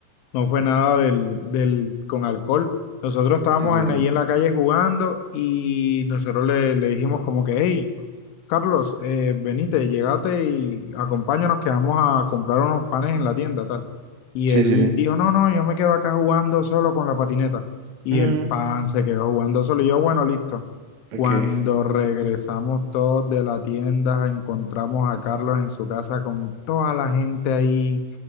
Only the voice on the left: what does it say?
no fue nada del, del, con alcohol. Nosotros estábamos
en,
ahí en la calle jugando y nosotros le, le dijimos como que, hey, Carlos, eh, venite, llegate y acompáñanos que vamos a comprar unos panes en la tienda, tal. Y
él
dijo, no, no, yo me quedo acá jugando solo con la patineta. Y
el pan se quedó jugando solo. Y yo, bueno, listo.
Cuando
regresamos todos de la tienda, encontramos a Carlos en su casa con toda la gente ahí